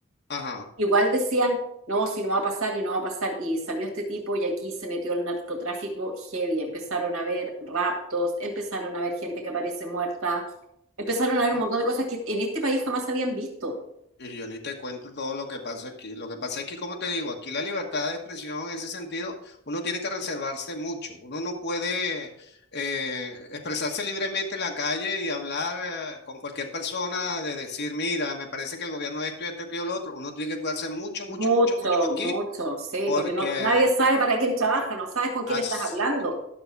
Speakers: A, on the left; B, on the right.
A: ajá,
B: igual decían, no, si no va a pasar y no va a pasar. Y salió este tipo y aquí se metió el narcotráfico heavy. Empezaron a haber raptos, empezaron a haber gente que aparece muerta, empezaron a
A: bueno,
B: haber un montón de cosas que en este país jamás habían visto.
A: y yo ni te cuento todo lo que pasa aquí. Lo que pasa es que, como te digo, aquí la libertad de expresión en ese sentido, uno tiene que reservarse mucho. Uno no puede eh, expresarse libremente en la calle y hablar eh, con cualquier persona de decir, mira, me parece que el gobierno esto y esto y lo otro. Uno tiene que cuidarse mucho,
B: Mucho,
A: mucho, mucho, mucho aquí,
B: mucho, sí,
A: porque
B: porque no, nadie sabe para quién trabaja, no sabes con quién
A: así,
B: estás hablando.